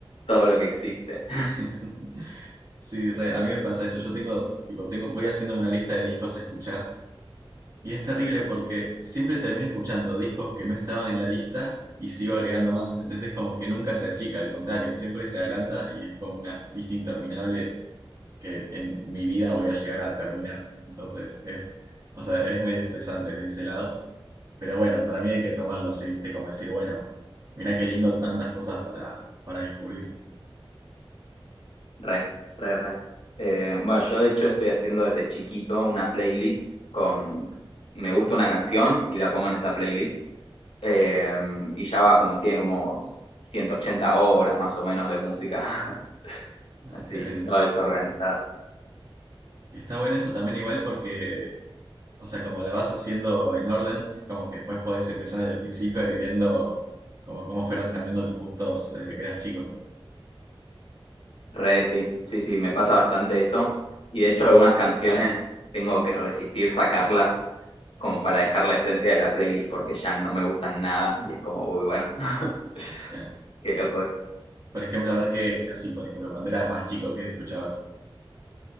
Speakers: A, on the left (about 75°); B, on the right (about 40°).
A: todo lo que existe.
B: <laughs> Sí, re, a mí me pasa eso. Yo tengo, tipo, tengo, voy haciéndome una lista de discos a escuchar y es terrible porque siempre termino escuchando discos que no estaban en la lista y sigo agregando más. Entonces es como que nunca se achica, al contrario, siempre se agranda y es como una lista interminable que en mi vida voy a llegar a terminar. Entonces es, o sea, es medio estresante desde ese lado. Pero bueno, para mí hay que tomarlo así, ¿viste? Como decir, bueno, mira qué lindo tantas cosas para, para descubrir.
A: Re, re, re. Eh, bueno, yo de hecho estoy haciendo desde chiquito una playlist con... Me gusta una canción y la pongo en esa playlist. eh, y ya va como, tiene como 180 horas más o menos de música. <laughs>
B: Ah,
A: Así,
B: tremendo.
A: toda desorganizada.
B: Y está bueno eso también igual porque, o sea, como la vas haciendo en orden, es como que después podés empezar desde el principio a ir viendo como cómo fueron cambiando tus gustos desde que eras chico.
A: Re, sí, sí, sí, me pasa bastante eso. Y de hecho algunas canciones tengo que resistir sacarlas
B: <laughs>
A: como para dejar la esencia de la playlist porque ya no me gustan nada. Y es como, uy, bueno, <laughs>
B: Claro.
A: qué loco
B: Por ejemplo, a ver qué, qué- así, por ejemplo, cuando eras más chico, ¿qué escuchabas?